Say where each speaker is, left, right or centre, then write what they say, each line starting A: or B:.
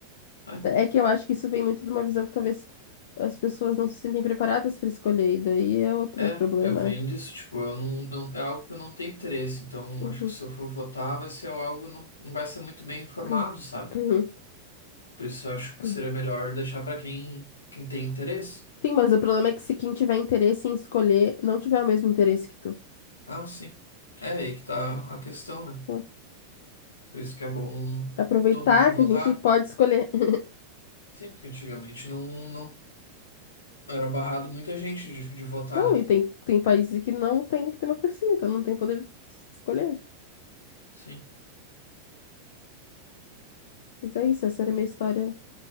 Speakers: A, on the left; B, on the left.
A: É,
B: É que eu acho que isso vem muito de uma visão que talvez as pessoas não se sentem preparadas para escolher, e daí é outro
A: é,
B: problema,
A: eu venho
B: né?
A: disso, tipo, eu não, não- é algo que eu não tenho interesse, então
B: Uhum,
A: acho que se eu for votar vai ser algo, não, não vai ser muito bem informado,
B: uhum,
A: sabe?
B: uhum,
A: Por isso eu acho que
B: uhum.
A: seria melhor deixar para quem, quem tem interesse.
B: Sim, mas o problema é que se quem tiver interesse em escolher não tiver o mesmo interesse que tu.
A: Ah, sim. É aí que tá a questão, né?
B: Hum.
A: Por isso que é bom
B: Aproveitar
A: todo mundo votar.
B: que a gente pode escolher. <laughs>
A: Sim, porque antigamente não, não era barrado muita gente de, de votar,
B: Não,
A: né?
B: e tem, tem países que não tem democracia, então não tem poder de es- escolher.
A: Sim.
B: Mas é isso, essa era a minha história